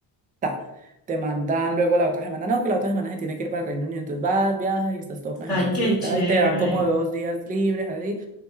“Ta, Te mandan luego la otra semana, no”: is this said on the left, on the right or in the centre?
Right